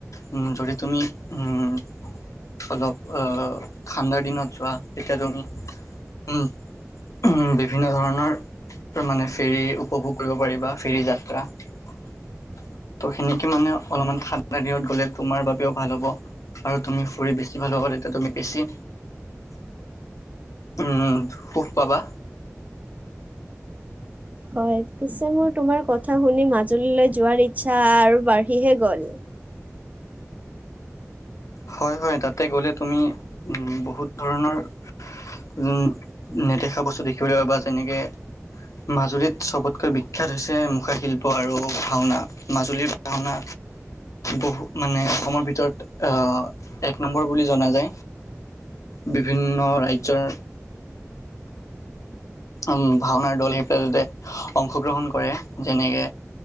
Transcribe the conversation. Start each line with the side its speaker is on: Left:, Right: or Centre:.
Left: উ যদি তুমি উম, অলপ ঠাণ্ডাৰ দিনত যোৱা তেতিয়া তুমি, উম উ বিভিন্ন ধৰণৰ মানে ফেৰী উপভোগ কৰিব পাৰি ফেৰী যাত্ৰা। ত' সেনেকে মানে অলপমান ঠাণ্ডা দিনত গলে তোমাৰ বাবেও ভাল হ'ব আৰু তুমি ফুৰি বেছি ভাল পাবা তেতিয়া তুমি বেছি, উম সুখ পাবা।
Right: হয়। পিছে মোৰ তোমাৰ কথা শুনি মাজুলীলৈ যোৱাৰ ই আচ্ছা আৰু বাঢ়িহে গল।
Left: হয় হয় তাতে গ'লে তুমি উম বহুত ধৰণৰ, উম নেদেখা বস্তু দেখিবলৈ পাবা যেনেকে, মাজুলীত চবতকৈ বিখ্যাত হৈছে মুখাশিল্প আৰু ভাওনা। মাজুলীৰ ভাওনা বহু মানে অসমৰ ভিতৰত আহ এক নম্বৰ বুলি জনা যায়। বিভিন্ন ৰাজ্যৰ, উ ভাওনাৰ দল সেইবাতে অংশগ্ৰহণ কৰে যেনেকে